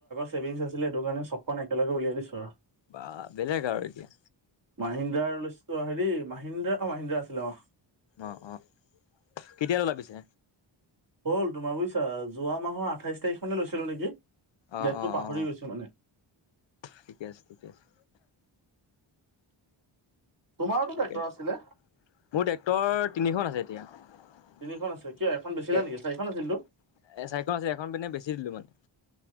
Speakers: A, on the right; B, on the left.
A: চছেভিংছ আছিলে সটো কাৰণে চকখন একেলগে উলিয়াই দিছো আৰু
B: বা বেলেগ আৰু এতিয়া
A: মাহিন্দ্ৰ ল হেৰি মাহিন্দা অ মাহিন্দ্ৰা আছিলে অ'
B: অ' অ' কেতিয়ালৈ ওলাবিছে
A: হল তোমাৰ বুজিছা যোৱা মাহৰ আঠাইছ তাৰিখনে লৈছিলো নেকি?
B: অ',
A: ডেটটো
B: অ',
A: পাহৰি
B: অ',
A: গৈছো মানে।
B: ঠিকে আছে ঠিকে আছে
A: তোমাৰোতো
B: নে
A: ট্ৰেক্টৰ
B: মোৰ
A: আছিলে
B: ট্ৰেক্টৰ তিনিখন আছে এতিয়া এ
A: তিনিখন আছে কিয় এখন বেচিলা
B: এ
A: নেকি চাৰিখন আছিলতো
B: চাইক আছে এখন পিনে বেছি দিলো মানে।